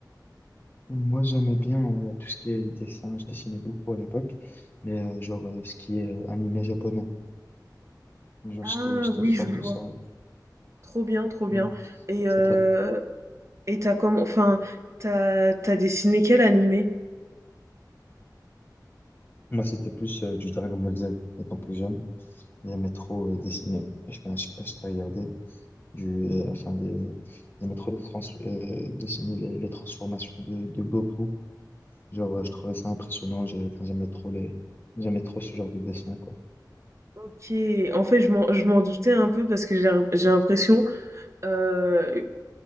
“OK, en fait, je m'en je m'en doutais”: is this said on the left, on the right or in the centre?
Right